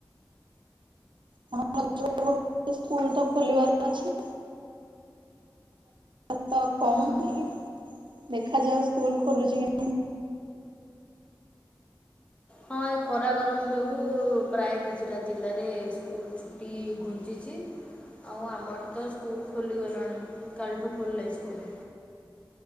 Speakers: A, on the right; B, on the left.
A: <unintelligible> ସ୍କୁଲ ତ ଖୋଲିବାର ଅଛି। <inaudible> କହୁନି।
B: ହୁଁ।
A: ଦେଖାଯାଉ ସ୍କୁଲ୍ ଖୋଲୁଛି କି ନାହିଁ।
B: ହଁ ଏ ଖରା ଗରମ ଯୋଗୁଁ ପ୍ରାୟ କିଛିଟା ଜିଲ୍ଲାରେ ସ୍କୁଲ୍ ଛୁଟି ଘୁଞ୍ଚିଛି। ଆଉ ଆମ ଏଠି ତ ସ୍କୁଲ୍ ଖୋଲିଗଲାଣି କାଲିଠୁ ଖୋଲିଲା ସ୍କୁଲ୍।